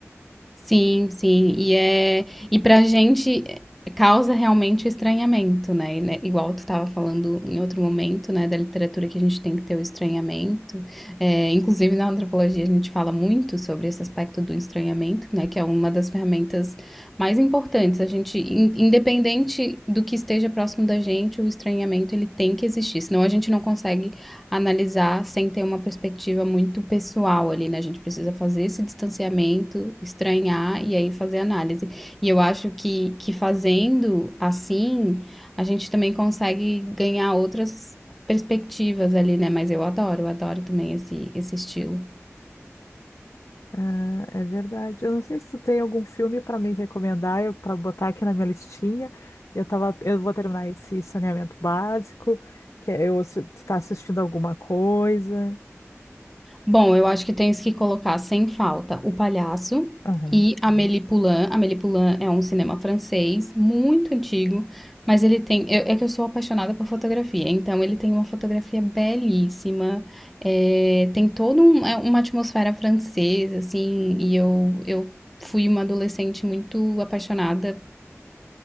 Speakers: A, in the centre; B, on the left (about 75°).
A: Sim, sim. E é e pra gente é, causa realmente o estranhamento, né? E, né, Igual tu estava falando em outro momento, né, da literatura que a gente tem que ter o estranhamento. É, inclusive na antropologia a gente fala muito sobre esse aspecto do estranhamento, né, que é uma das ferramentas mais importantes. A gente, in- independente do que esteja próximo da gente, o estranhamento ele tem que existir, senão a gente não consegue analisar sem ter uma perspectiva muito pessoal ali, né? A gente precisa fazer esse distanciamento, estranhar e aí fazer análise. E eu acho que, que fazendo assim, a gente também consegue ganhar outras perspectivas ali, né? Mas eu adoro, eu adoro também esse, esse estilo.
B: Ah, é verdade. Eu não sei se tu tem algum filme para me recomendar, eu para botar aqui na minha listinha. Eu tava, eu vou terminar esse saneamento básico, que é eu se tu tá assistindo alguma coisa.
A: Bom, eu acho que tens que colocar sem falta O Palhaço
B: Aham.
A: e Amélie Poulain. Amélie Poulain é um cinema francês muito antigo, mas ele tem. eu- é que eu sou apaixonada por fotografia, então ele tem uma fotografia belíssima, é, tem toda um- é uma atmosfera francesa, assim, e eu, eu fui uma adolescente muito apaixonada